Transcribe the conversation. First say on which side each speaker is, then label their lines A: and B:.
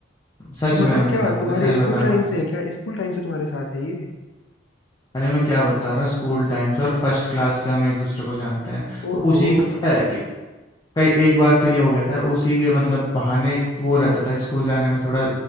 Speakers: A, on the left; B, on the left.
A: सच
B: तो मतलब
A: में मतलब
B: क्या तुम्हारे
A: सच
B: स्कूल
A: बता
B: टाइम
A: रहा हूँ
B: से है क्या स्कूल टाइम से तुम्हारे साथ है ये
A: अरे मैं क्या बता रहा हूँ स्कूल टाइम से और फर्स्ट क्लास से हम एक दूसरे को जानते हैं
B: ओहो
A: तो उसी पता है कि कई एक बार तो ये हो गया था और उसी के मतलब बहाने एक वो रहता था स्कूल जाने में थोड़ा